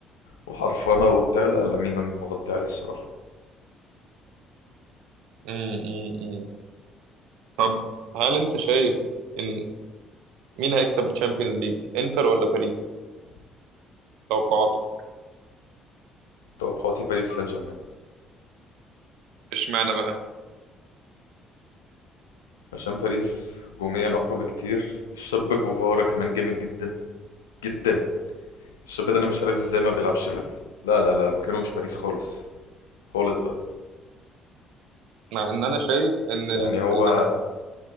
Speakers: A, on the left; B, on the right.
A: وحرفنه وبتاع لا لامين أنا مغطي عليه الصراحه
B: مم. مم. مم. طب هل انت شايف ان مين هيكسب الشامبيونز ليج انتر ولا باريس توقعاتك
A: توقعاتي باريس سان جيرمان
B: اشمعنى بقى
A: عشان باريس هجوميا اقوى بكتير الشاب جوفارا كمان جامد جدا جدا الشاب ده انا مش عارف ازاي ما بيلعبش في... لا لا لا مكانه مش باريس خالص خالص بقى
B: مع ان انا شايف ان ال-
A: يعني هو
B: اللي